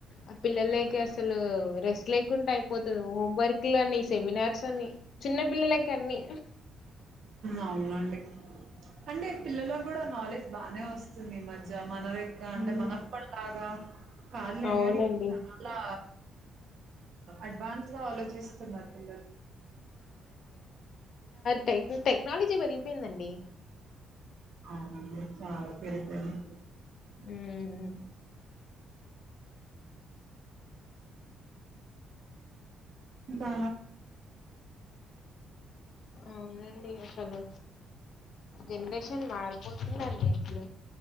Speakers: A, on the left; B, on the right.
A: ఆ పిల్లలకి అసలు రెస్ట్ లేకుండా అయిపోతుంది హోమ్వర్క్ లు అన్ని సెమినార్స్ అన్ని చిన్న పిల్లలక అన్ని
B: అవునండి అంటే పిల్లల్లో కూడా నాలెడ్జ్ బానే వస్తుంది ఈ మధ్య మనదిగా అంటే
A: ఉమ్,
B: మనప్పటిలాగా అ కాదులేని
A: అవునండి
B: కాని ఇప్పుడు చాలా అడ్వాన్స్ గా ఆలోచిస్తున్నారు పిల్లలు
A: టె టెక్నాలజీ పెరిగిపోయిందండి
B: అ చాలా పెరిగిపోయింది
A: మ్మ్
B: ఇకా
A: అవునండి అసలు జనరేషన్ మారిపోతుందండి అసలు